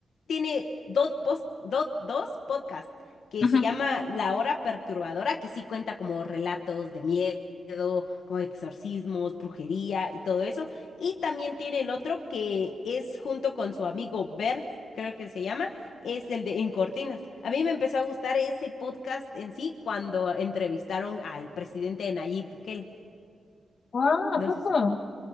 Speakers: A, on the left; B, on the left.
A: tiene dos, pos- do- dos podcasts que
B: Ujú.
A: se llama La Hora Perturbadora, que sí cuenta como relatos de miedo, como exorcismos, brujería y todo eso. Y también tiene el otro que es junto con su amigo Bert, creo que se llama, es el de En Cortinas. A mí me empezó a gustar ese podcast en sí cuando entrevistaron al presidente Nayib Bukele.
B: Ah, ¿a
A: No
B: poco?
A: sé si...